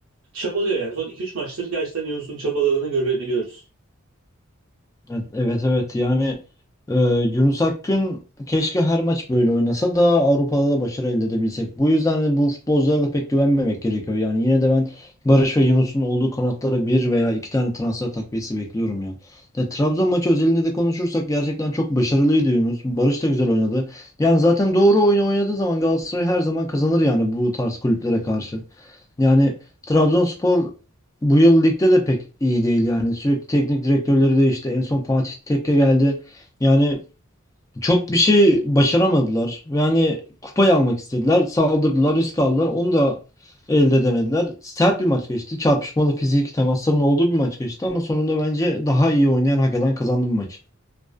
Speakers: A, on the right; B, on the left.
A: çabalıyor yani. Son iki üç maçtır gerçekten Yunus'un çabaladığını görebiliyoruz.
B: Evet evet evet. yani e, Yunus Akgün keşke her maç böyle oynasa da Avrupa'da da başarı elde edebilsek. Bu yüzden de bu futbolculara da pek güvenmemek gerekiyor. Yani yine de ben Barış ve Yunus'un olduğu kanatlara bir veya iki tane transfer takviyesi bekliyorum ya. De, Trabzon maçı özelinde de konuşursak gerçekten çok başarılıydı Yunus. Barış da güzel oynadı. Yani zaten doğru oyunu oynadığı zaman Galatasaray her zaman kazanır yani bu tarz kulüplere karşı. Yani Trabzonspor bu yıl ligde de pek iyi değil yani. Sürekli teknik direktörleri değişti. En son Fatih Tekke geldi. Yani çok bir şey başaramadılar. Yani kupayı almak istediler. Saldırdılar, risk aldılar. Onu da elde edemediler. Sert bir maç geçti. Çarpışmalı fiziki temasların olduğu bir maç geçti ama sonunda bence daha iyi oynayan hak eden kazandı bu maçı.